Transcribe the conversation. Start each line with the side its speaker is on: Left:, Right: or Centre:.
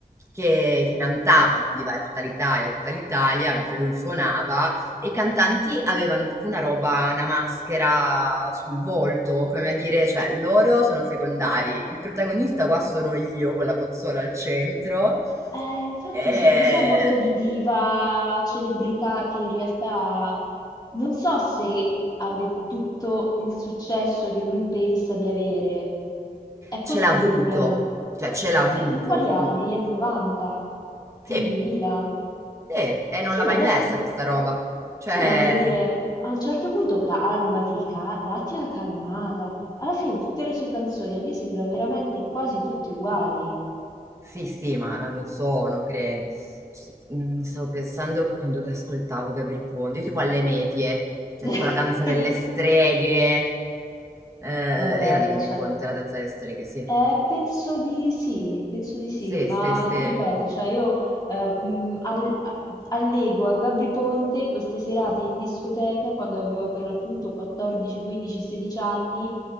Right: che, che cantavano, viva tutta l'Italia, tutta l'Italia, mentre lui suonava, e i cantanti avevano tipo una roba, una maschera sul volto, come a dire, cioè, loro sono secondari, il protagonista qua sono io con la console al centro.
Left: Eh, infatti
Right: E
Left: sì, mi sa molto di diva, celebrità che in realtà non so se abbia tutto il successo che lui pensa di avere. È questo
Right: Ce l'ha avuto,
Left: il mio problema.
Right: cioè ce l'ha avuto.
Left: Ma in quali anni?
Right: Mm,
Left: Negli anni 90? Primi
Right: Sì,
Left: 2000?
Right: sì, e non
Left: Sì,
Right: l'ha
Left: ma
Right: mai
Left: adesso...
Right: persa questa roba. Cioè,
Left: Sì, ma voglio dire, a un certo punto calmati, ca- datti una calmata. Alla fine tutte le sue canzoni a me sembrano veramente quasi tutte uguali.
Right: sì, sì, ma lo sono, credo. C- mm, Stavo pensando che quando ascoltavo Gabri Ponte, io tipo alle medie, cioè
Left: <laughs>
Right: tipo la danza delle streghe. Eh,
Left: Vabbè,
Right: era di Gabri
Left: cioè.
Right: Ponte, la danza delle streghe, sì.
Left: Eh, penso di sì, penso di sì,
Right: Sì,
Left: ma
Right: sì, sì.
Left: ti ripeto, cioè io eh, mh, al- a- allego a Gabri Ponte queste serate in discoteca quando avevo per l'appunto 14, 15, 16 anni